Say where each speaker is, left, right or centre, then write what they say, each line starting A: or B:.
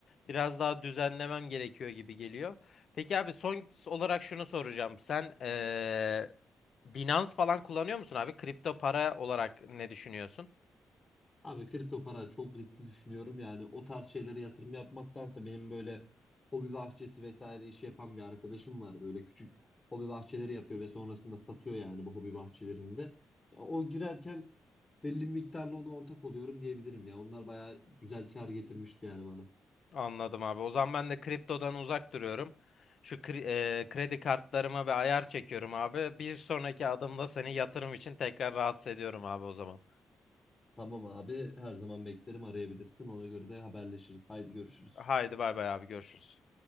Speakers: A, on the left; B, on the left.
A: Biraz daha düzenlemem gerekiyor gibi geliyor. Peki abi son olarak şunu soracağım. Sen eee Binance falan kullanıyor musun abi? Kripto para olarak ne düşünüyorsun?
B: Abi kripto para çok riskli düşünüyorum. Yani o tarz şeylere yatırım yapmaktansa benim böyle hobi bahçesi vesaire işi yapan bir arkadaşım var. Böyle küçük hobi bahçeleri yapıyor ve sonrasında satıyor yani bu hobi bahçelerinde. Ya o girerken belli bir miktarla ona ortak oluyorum diyebilirim ya. Onlar bayağı güzel kar getirmişti yani bana.
A: Anladım abi. O zaman ben de kriptodan uzak duruyorum. Şu kri- eee, kredi kartlarıma bir ayar çekiyorum abi. Bir sonraki adımda seni yatırım için tekrar rahatsız ediyorum abi o zaman.
B: Tamam abi her zaman beklerim arayabilirsin. Ona göre de haberleşiriz. Haydi görüşürüz.
A: Haydi bay bay abi görüşürüz.